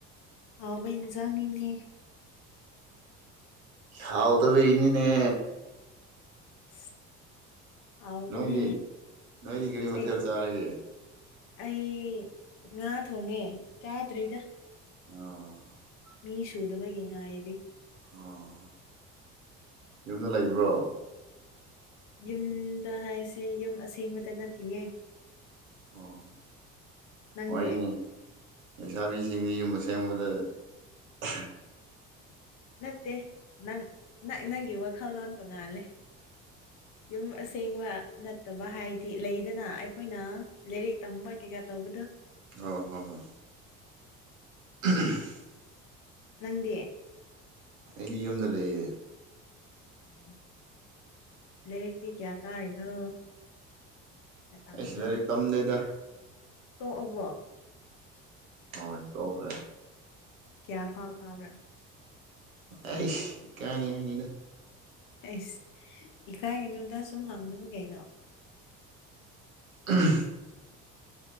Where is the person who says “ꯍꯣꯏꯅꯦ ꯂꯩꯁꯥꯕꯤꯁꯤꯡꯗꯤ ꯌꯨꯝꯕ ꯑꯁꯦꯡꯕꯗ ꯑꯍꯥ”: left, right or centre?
Right